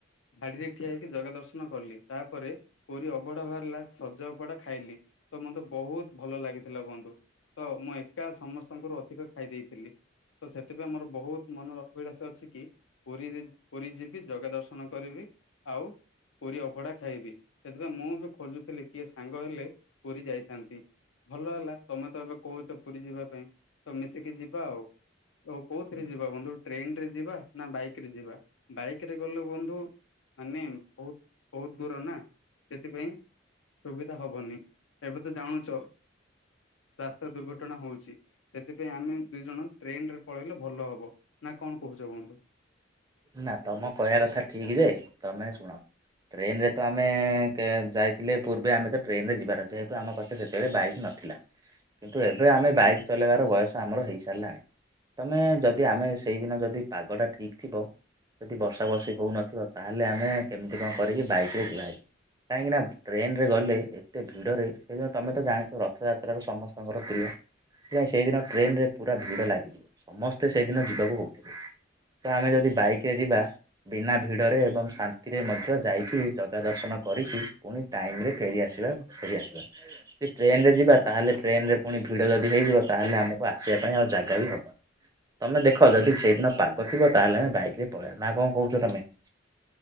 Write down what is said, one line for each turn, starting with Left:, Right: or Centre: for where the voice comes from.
Left: ଧାଡିରେ ଉଠିଆ ହେଇକି ଜଗା ଦର୍ଶନ କଲି ତାପରେ ପୁରୀ ଅବଢା ବାହାରିଲା ସଜ ଅବଢ଼ା ଖାଇଲି। ତ ମତେ ବହୁତ ଭଲ ଲାଗିଥିଲା ବନ୍ଧୁ। ତ ମୁଁ ଏକା ସମସ୍ତଙ୍କରୁ ଅଧିକ ଖାଇ ଦେଇଥିଲି। ତ ସେଥିପାଇଁ ଆମର ବହୁତ ମନର ଅଭିଳାଷ ଅଛି କି ପୁରୀରେ ପୁରୀ ଯିବି ଜଗା ଦର୍ଶନ କରିବି ଆଉ ପୁରୀ ଅଭଢା ଖାଇବି ସେଥିପାଇଁ ମୁଁ ବି ଖୋଜୁଥିଲି କିଏ ସାଙ୍ଗ ହେଲେ ପୁରୀ ଯାଇଥାନ୍ତି। ଭଲ ହେଲା ତମେ ତ ଏବେ କହୁଛ ପୁରୀ ଯିବା ପାଇଁ ତ ମିଶିକି ଯିବା ଆଉ। ଓ କୋଉଥିରେ ଯିବା ବନ୍ଧୁ ଟ୍ରେନ ରେ ଯିବା ନା ବାଇକ ରେ ଯିବା, ବାଇକ ରେ ଗଲେ ବନ୍ଧୁ ମାନେ ବହୁତ ବହୁତ ଦୂର ନା ସେଥିପାଇଁ ସୁବିଧା ହବନି ଏବେ ତ ଜାଣୁଛ, ରାସ୍ତା ଦୁର୍ଘଟଣା ହଉଛି। ସେଥିପାଇଁ ଆମେ ଦୁଇ ଜଣ ଟ୍ରେନ ରେ ପଳେଇଲେ ଭଲ ହବ ନା କଣ କହୁଛ ବନ୍ଧୁ?
Right: ନା ତମ କହିବା କଥା ଠିକ୍ ଯେ ତମେ ଶୁଣ। ଟ୍ରେନରେ ତ ଆମେ ଯାଇଥିଲେ ପୂର୍ବେ ଆମେ ତ ଟ୍ରେନରେ ଯିବାର ଯେହେତୁ ଆମ ପାଖେ ସେତେବେଳେ ବାଇକ୍ ନଥି ଥିଲା କିନ୍ତୁ ଏବେ ଆମେ ବାଇକ୍ ଚଲେଇବାର ବୟସ ଆମର ହେଇସାରିଲାଣି। ତମେ ଯଦି ଆମେ ସେଇଦିନ ଯଦି ପାଗଟା ଠିକ୍ ଥିବ ଯଦି ବର୍ଷା ବର୍ଷି ହୋଉନଥିବା ତାହେଲେ ଆମେ କେମିତି କଣ କରିକି ବାଇକି ରେ ଯିବ ଭାରି। କାହିଁକି ନା ଟ୍ରେନରେ ଗଲେ ଏତେ ଭିଡ଼ରେ ସେ ତମେ ତ ଜାଣିଥିବ ରଥଯାତ୍ରାକୁ ସମସ୍ତଙ୍କର ପ୍ରିୟ। ହେ ସେଇଦିନ ଟ୍ରେନରେ ପୁରା ଭିଡ ଲାଗିଯିବ, ସମସ୍ତେ ସେଦିନ ଯିବାକୁ ହଉଥିବେ। ତ ଆମେ ଯଦି ବାଇକରେ ଯିବା ବିନା ଭିଡ଼ରେ ଏବଂ ଶାନ୍ତିରେ ମଧ୍ୟ ଯାଇକି ଜଗା ଦର୍ଶନ କରିକି ପୁଣି ଟାଇମରେ ଫେରିଆସିବା ଫେରିଆସିବା। ଯଦି ଟ୍ରେନରେ ଯିବା ତାହେଲେ ଟ୍ରେନରେ ପୁଣି ଭିଡ଼ ଯଦି ହେଇଯିବ ତାହେଲେ ଆମକୁ ଆସିବା ପାଇଁ ଆଉ ଜାଗା ବି ହବନି। ତମେ ଦେଖ ଯଦି ସେଇଦିନ ପାଗ ଥିବ ତାହେଲେ ଆମେ ବାଇକ ରେ ପଳେଇବା ନା କଣ କହୁଛ ତମେ।